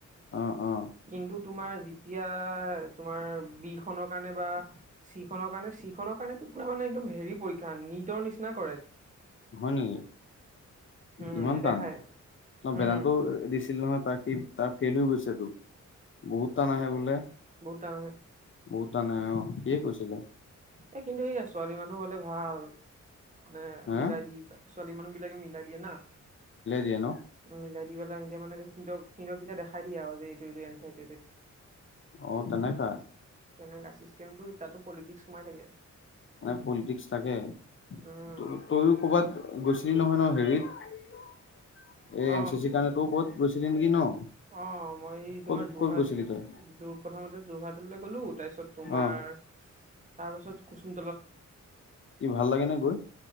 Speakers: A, on the left (about 45°); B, on the right (about 25°).
A: অ অ
B: কিন্তু তোমাৰ যেতিয়া তোমাৰ বি খনৰ কাৰণে বা চি খনৰ কাৰণে চি খনৰ কাৰণে ৰা মানে একম হেৰি পীক্ষা নিদৰ নিচিনা কৰাই
A: হয়নিক?
B: উম
A: ইমান
B: নেদেখাই
A: টান ন বেদানটো
B: উম
A: দিছিল নহয় তাক তাৰ ফেইল হৈ গৈছিল বহুত টান আহে বোলে
B: তানে
A: বৌতা নাই অ সিয়ে কৈছিলে
B: এ কিন্তু সয়া ছোৱালী মানুহ হলে ভাল মানে
A: হা
B: মিলাই দি ছোৱালী মানুহ বিলাকে মিলাই দিয়ে না
A: দিয় নো
B: মিলাই দি পেলা স মানেহক সিক দেখ দিয়ে আৰু যে এইটো এনাই
A: অ', তেনোই কা
B: তেনেককা চিষ্টেমটো এতিাতো পলিটিক্স সোমাই থাকে
A: ম পলিটিক্স থাকে ত
B: উম
A: তইও কৰ'বাত গৈছিলি নহয় ন হেৰিত এ
B: অ
A: এন চি চিৰ কাৰণে তোৰ ক'ত গৈছিলি নেকি ন
B: অ', মই এই
A: ক'ত
B: তোমাৰ যোৰহাট
A: ক'ত গৈছিলি তই?
B: প্ৰথমতে যোৰহাটলৈ গ'লো তাৰপিছত তুমাৰ
A: অ',
B: তাৰপিছত কুচুম
A: কি ভাল লাগে নে গৈ